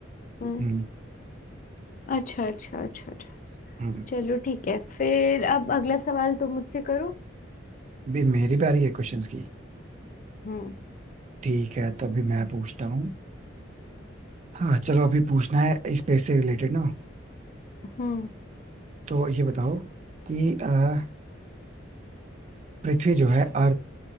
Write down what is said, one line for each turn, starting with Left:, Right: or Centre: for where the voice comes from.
Left: हम्म।
Right: हम्म
Left: अच्छा अच्छा अच्छा अच्छा
Right: हम्म
Left: चलो ठीक है फिर अब अगला सवाल तुम मुझसे करो
Right: अभी मेरी बारी है क्वेश्चंस की
Left: हम्म
Right: ठीक है तो अभी मैं पूछता हूँ हाँ चलो अभी पूछना है स्पेस से रिलेटेड ना
Left: हम्म
Right: तो ये बताओ कि अ, पृथ्वी जो है अर्थ